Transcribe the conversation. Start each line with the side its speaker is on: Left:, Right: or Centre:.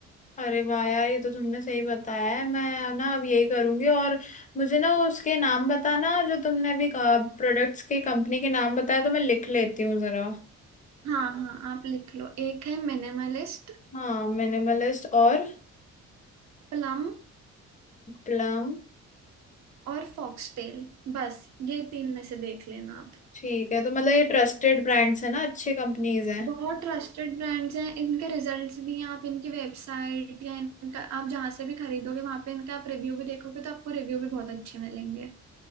Left: अरे वाह यार ये तो तुमने सही बताया है मैं ना अब यही करूंगी और मुझे ना वो उसके नाम बताना जो तुमने अभी प्रोडक्ट्स के कंपनी के नाम बताया तो मैं लिख लेती हूँ जरा
Right: हाँ हाँ आप लिख लो एक है मिनिमलिस्ट
Left: हाँ मिनिमलिस्ट और
Right: प्लम
Left: प्लम
Right: और फॉक्सटेल बस ये तीन में से देख लेना
Left: ठीक है तो मतलब ये ट्रस्टेड ब्रांड्स है ना अच्छी कंपनीज हैं
Right: बहुत ट्रस्टेड ब्रांड्स हैं इनके रिजल्ट्स भी हैं आप इनकी वेबसाइट या इनका आप जहाँ से भी खरीदोगे वहां पे इनका आप रिव्यू भी देखोगे तो आपको रिव्यू भी बहुत अच्छे मिलेंगे